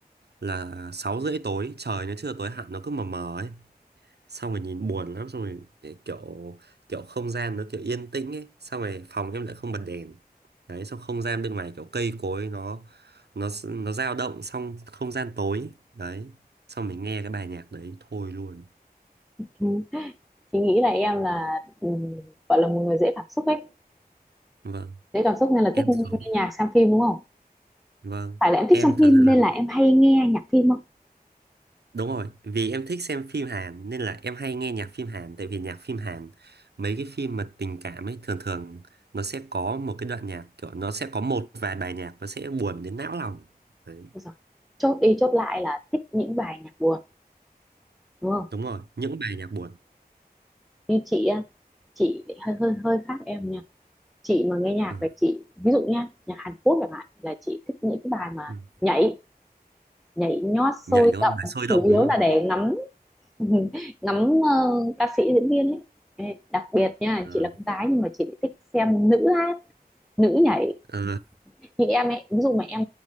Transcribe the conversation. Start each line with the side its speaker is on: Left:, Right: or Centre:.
Right: là 6 rưỡi tối, trời nó chưa tối hẳn nó cứ mờ mờ ấy. Xong rồi nhìn buồn lắm xong rồi kiểu kiểu không gian nó kiểu yên tĩnh ấy, xong rồi phòng em lại không bật đèn. Đấy, xong không gian bên ngoài kiểu cây cối nó nó nó dao động xong không gian tối. Đấy, xong mình nghe cái bài nhạc đấy thôi luôn.
Centre: ừ, chị nghĩ là em là ừ, gọi là một người dễ cảm xúc ấy,
Right: Vâng,
Centre: dễ cảm xúc nên là
Right: em
Centre: thích nghe,
Right: thường-
Centre: nghe nhạc xem phim đúng không?
Right: vâng,
Centre: Phải là em thích
Right: em
Centre: xem
Right: thật
Centre: phim
Right: ra
Centre: nên
Right: là
Centre: là em hay nghe nhạc phim không?
Right: đúng rồi, vì em thích xem phim Hàn nên là em hay nghe nhạc phim Hàn tại vì nhạc phim Hàn mấy cái phim mà tình cảm ấy thường thường nó sẽ có một cái đoạn nhạc kiểu nó sẽ có một vài bài nhạc nó sẽ buồn đến não lòng. Đấy,
Centre: Đúng Rồi. Chốt đi chốt lại là thích những bài nhạc buồn đúng không?
Right: đúng rồi, những bài nhạc buồn.
Centre: Như chị á, chị lại hơi hơi hơi khác em nha. Chị mà nghe nhạc
Right: Ờ,
Centre: là chị ví dụ nha, nhạc Hàn Quốc chẳng hạn là chị thích những cái bài mà
Right: ừ.
Centre: nhảy nhảy nhót
Right: Nhảy
Centre: sôi
Right: đúng
Centre: động
Right: không? Bài sôi
Centre: chủ
Right: động
Centre: yếu
Right: đúng không?
Centre: là để ngắm <laughs> ngắm ờ, ca sĩ diễn viên ấy Ê, đặc biệt nha
Right: Ờ,
Centre: chị là con gái nhưng mà chị lại thích xem nữ hát nữ nhảy
Right: ờ,
Centre: như em ấy ví dụ mà em